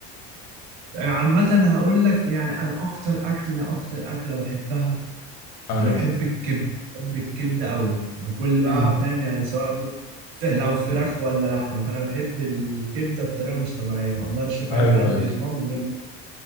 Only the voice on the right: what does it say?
عامة انا هقول لك يعني انا اكتر اكلة اكتر اكلة بحبها
انا بحب الكبده بحب الكبده قوي بكل بقى
فاهم يعني سواء كبده لو فراخ ولا لحمه فانا بحب الكبده بطريقه مش طبيعيه ما اقدرش فاهم
يعدي
اسبوع من غير